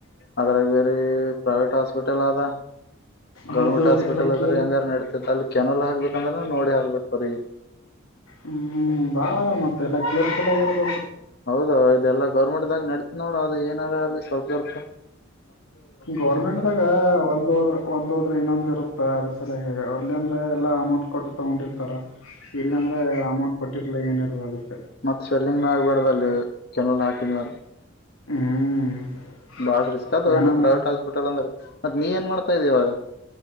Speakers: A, on the left; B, on the left.
A: ಅದ್ರಾಗ ಬೇರೆ ಪ್ರೈವೇಟ್ ಹಾಸ್ಪಿಟಲ್ ಅದ..... ಗೌರ್ಮೆಂಟ್
B: ಹೌದೌದು
A: ಹಾಸ್ಪಿಟಲ್
B: ಎಲ್ಲ
A: ಅದ್ರ
B: ಕೇರ್
A: ಹೆಂಗಾರ ನೆಡತೈತ್ ಅಲ್ಲಿ ಕೆನಲ್ ಹಾಕ್ಬೇಕಂದ್ರೆ ನೋಡಿ ಹಾಕ್ಬೇಕು ಹೊರಗೆ
B: ಹ್ಮ್ ಬಾಳ ಮತ್ತ ಎಲ್ಲ ಕೇರ್ಫುಲ್ ಆಗಿರ್ಬೇಕ
A: ಹೌದ ಇದೆಲ್ಲ ಗೌರ್ಮೆಂಟದಗ ನಡತ್ ನೋಡ ಅದು ಏನಾರ ಅ ಸ್ವಲ್......
B: ಗೌರ್ಮೆಂಟ್ದಾಗ ಒಂದ್ ಹೋದ್ರ ಒಂದ್ ಹೋದ್ರ ಇನ್ನೊಂದ ಇರುತ್ತ ಅದ ಸಲಯಾಗಿಗ ಅರ್ಲಿ ಅಂದ್ರೆ ಎಲ್ಲ ಅಮೌಂಟ್ ಕೊಟ್ಟು ತಗೊಂಡಿರ್ತಾರ ಇಲ್ಲ ಅಂದ್ರ ಅಮೌಂಟ್ ಕೊಟ್ಟಿರ್ಲ ಏನಿರಲ ಅದಕ್ಕ
A: ಮತ್ತ ಸ್ವೆಲ್ಲಿಂಗ್ ನ ಆಗ್ಬಾಡ್ದ ಅಲ್ಲಿ ಕೆನಲ್ ಹಾಕಿದ್ಮ್ಯಲೆ
B: ಹ್ಮ್...
A: ಬಾಳ ರಿಸ್ಕ್ ಅಲಿ
B: ಏನನ್
A: ಪ್ರೈವೇಟ್ ಹಾಸ್ಪಿಟಲ್ ಅಂದ್ರ ಮತ್ತತ್ ನೀ ಏನ್ ಮಾಡ್ತಾ ಇದಿ ಇವಾಗ